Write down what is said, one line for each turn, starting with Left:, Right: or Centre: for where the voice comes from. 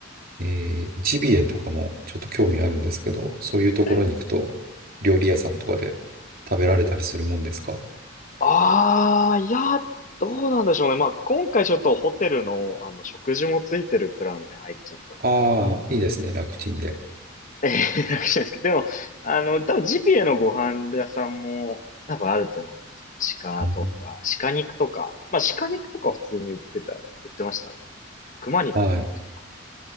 Right: えージビエとかもちょっと興味あるんですけど、そういうところに行くと、
Left: ええ
Right: 料理屋さんとかで食べられたりするもんですか
Left: ああ、いや、どうなんでしょうね。まあ、今回ちょっとホテルの、あの、食事もついてるプランで入っちゃったので、
Right: ああいいですね、
Left: わかんないんですけど。
Right: 楽ちんで。
Left: ええ、楽しいですけど、でも、あの、多分ジビエのご飯屋さんも多分あると思いますね。鹿とか、
Right: うん、
Left: 鹿肉とか。まあ、鹿肉とか普通に売ってた、売ってましたね。熊肉も売ってたか
Right: はい。